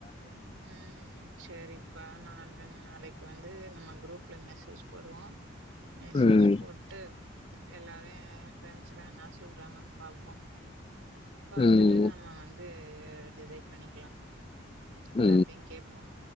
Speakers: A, on the right; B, on the left.
A: உ ஆ சரிப்பா நாங்க நாளைக் வந்து நம்ம குரூப்ல மெசேஜ் போடுவோ மெசேஜ்
B: ம்.
A: போட்டு எல்லாரையு பிரண்ட்ஸ்ல்லா என்னா சொல்றாங்கன் பாப்போ பாத்துட்டு
B: ம்.
A: நம்ம வந்து அ டிசைட் பண்ணிக்கலா எல்லார்ட்டையு
B: ம்.
A: கேப்போ